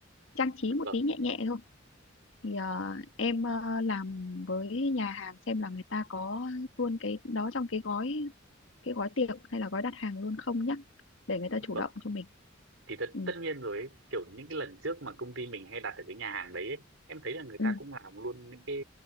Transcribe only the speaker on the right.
dạ
vâng
dạ
vâng
thì tất,
tất nhiên rồi ấy, kiểu những cái lần trước mà công ty mình hay đặt ở cái nhà hàng đấy ấy, em thấy là người
ta cũng làm luôn những cái